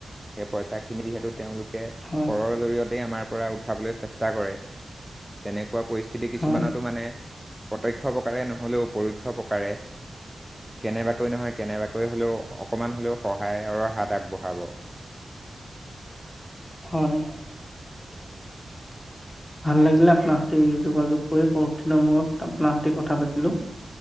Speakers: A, in the centre; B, on the left.
A: সেই পইচাখিনি যহেতু তেওঁলোকে
B: হয়
A: কৰৰ জৰিয়তেই আমাৰ পৰা উঠাবলৈ চেষ্টা কৰে। তেনে কোৱা পৰিস্থিতি কিছুমানতো
B: হয়
A: মানে প্ৰত্যক্ষ প্ৰকাৰে নহ'লেও পৰোক্ষ প্ৰকাৰে কেনেবাকৈ নহয় কেনেবাকৈ হ'লেও অকণমান হ'লেও সহায়ৰৰ হাত আগবঢ়াব।
B: হয়।
A: <inaudible>
B: ভাল লাগিলে আপোনাৰ সতি যোগাযোগ কৰি বহুত দিনৰ মূৰত। আপোনাৰ সতি কথা পাতিলো।